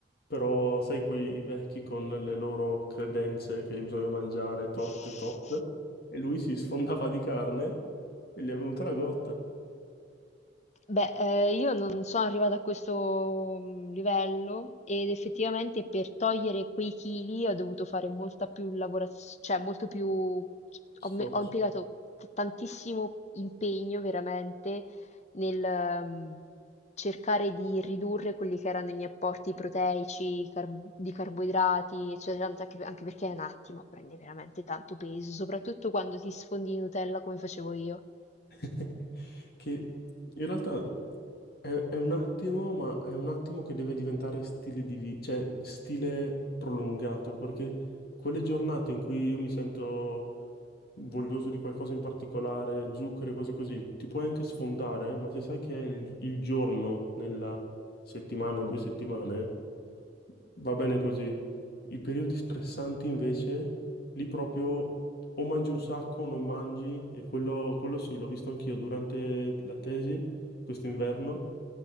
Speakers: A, on the left; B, on the left.
A: però sai quei vecchi con le loro credenze che bisogna mangiare tot
B: <laughs>
A: e tot, e lui si sfondava di carne e gli è venuta la gotta.
B: Beh, eh, io non sono arrivata a questo mm, livello ed effettivamente per togliere quei chili ho dovuto fare molta più lavorazione, cioè molto più, ho,
A: Sforzo.
B: me- ho impiegato t- tantissimo impegno veramente nel mm, cercare di ridurre quelli che erano i miei apporti proteici, car- di carboidrati, eccetera, anche, anche perché è un attimo, prendi veramente tanto peso, soprattutto quando ti sfondi di Nutella come facevo io.
A: <laughs> Che in realtà è, è un attimo, ma è un attimo che deve diventare stile di vita, cioè stile prolungato, perché quelle giornate in cui io mi sento voglioso di qualcosa in particolare, zucchero e cose così, ti puoi anche sfondare, ma se sai che è il, il giorno nella settimana o due settimane, va bene così. I periodi stressanti invece, lì proprio o mangi un sacco o non mangi, e quello, quello sì, l'ho visto anch'io durante la tesi, quest'inverno,